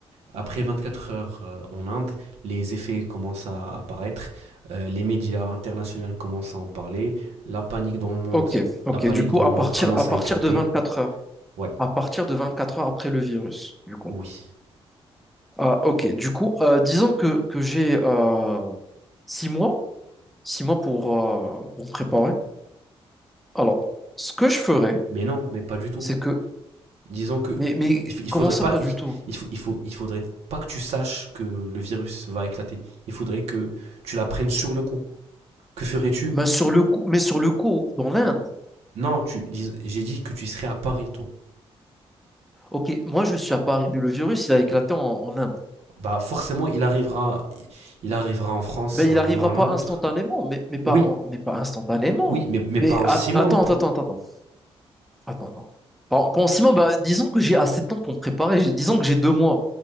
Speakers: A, on the right; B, in the centre.
A: Après 24 heures euh, en Inde, les effets commencent à apparaître, euh, les médias internationaux commencent à en parler, la panique dans le monde,
B: ok, ok.
A: la panique
B: Du coup,
A: dans
B: à
A: le monde
B: partir,
A: commence
B: à partir
A: à éclater.
B: de 24 heures,
A: Ouais,
B: à partir de 24 heures après le virus, du coup.
A: oui.
B: Ah, ok, du coup, euh, disons que, que j'ai euh, six mois, six mois pour, euh, pour me préparer. Alors, ce que je ferais,
A: Mais non, mais pas du tout.
B: c'est que,
A: Disons que il,
B: mais, mais
A: il
B: comment
A: faudrait
B: ça,
A: pas
B: pas
A: il,
B: du tout?
A: il faut, il faut il faudrait pas que tu saches que le virus va éclater. Il faudrait que tu l'apprennes sur le coup. Que ferais-tu
B: Mais sur le coup, mais sur le coup, dans l'Inde,
A: Non, tu dis- j'ai dit que tu serais à Paris toi.
B: ok, moi je suis à Paris, mais le virus, il a éclaté en, en Inde.
A: Bah forcément, il arrivera il arrivera en France
B: Ben,
A: à
B: il
A: un
B: n'arrivera
A: moment ou à un
B: pas
A: autre.
B: instantanément, mais, mais pas,
A: Oui,
B: en- mais pas instantanément.
A: oui, mais, mais
B: Mais
A: pas en
B: at-
A: six mois
B: attends,
A: non plus.
B: attends, attends, attends. Attends, attends. Pour, pour Simon, bah, disons que j'ai assez de temps pour me préparer. J'ai- Disons que j'ai deux mois.